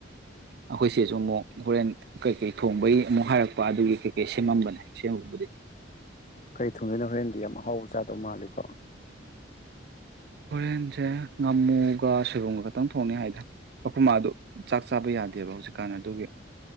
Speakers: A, on the right (about 55°); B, on the left (about 40°).
A: ꯑꯩꯈꯣꯏꯁꯦꯁꯨ ꯑꯃꯨꯛ ꯍꯣꯔꯦꯟ ꯀꯩꯀꯩ ꯊꯣꯡꯕꯒꯤ ꯑꯃꯨꯛ ꯍꯥꯏꯔꯛꯄ ꯑꯗꯨꯒꯤ ꯀꯩꯀꯩ ꯁꯦꯝꯃꯝꯕꯅꯦ ꯁꯦꯝꯃꯕꯨꯗꯤ
B: ꯀꯔꯤ ꯊꯨꯡꯗꯣꯏꯅꯣ ꯍꯣꯔꯦꯟꯗꯤ ꯌꯥꯝ ꯑꯍꯥꯎꯕ ꯆꯥꯗꯧ ꯃꯥꯜꯂꯤꯀꯣ
A: ꯍꯣꯔꯦꯟꯁꯦ ꯉꯥꯃꯨꯒ ꯁꯣꯏꯕꯨꯝꯒ ꯈꯛꯇꯪ ꯊꯣꯡꯅꯤ ꯍꯥꯏꯗꯔ ꯑꯩꯈꯨꯝ ꯃꯥ ꯑꯗꯨ ꯆꯥꯛ ꯆꯥꯕ ꯌꯥꯗꯦꯕ ꯍꯧꯖꯤꯛꯀꯥꯟ ꯑꯗꯨꯒꯤ